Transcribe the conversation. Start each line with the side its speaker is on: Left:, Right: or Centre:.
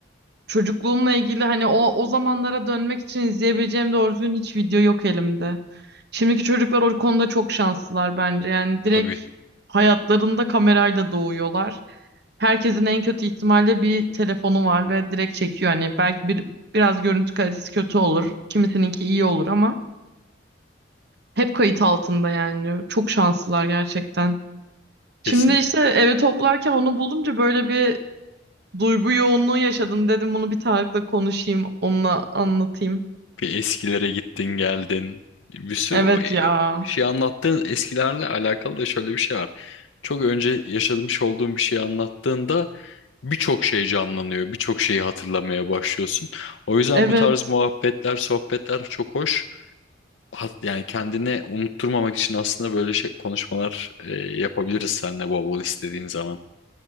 Right: Çocukluğumla ilgili hani o o zamanlara dönmek için izleyebileceğim doğru düzgün hiç video yok elimde. Şimdiki çocuklar o konuda çok şanslılar bence. Yani direkt
Left: Tabii
Right: hayatlarında kamerayla doğuyorlar. Herkesin en kötü ihtimalle bir telefonu var ve direkt çekiyor. Hani belki bir biraz görüntü kalitesi kötü olur. Kimisininki iyi olur ama hep kayıt altında yani. Çok şanslılar gerçekten. Şimdi
Left: kesinlikle
Right: işte evi toplarken onu bulunca böyle bir Duygu yoğunluğu yaşadım dedim bunu bir Tarık'la konuşayım, onunla anlatayım.
Left: bir eskilere gittin geldin bir sürü
Right: Evet
Left: o-
Right: ya.
Left: bir şey anlattığın eskilerle alakalı da şöyle bir şey var. Çok önce yaşamış olduğun bir şeyi anlattığında birçok şey canlanıyor, birçok şeyi hatırlamaya başlıyorsun. O yüzden
Right: Evet.
Left: bu tarz muhabbetler, sohbetler çok hoş. Hat- Yani kendini unutturmamak için aslında böyle şey konuşmalar e, yapabiliriz seninle bol bol istediğin zaman.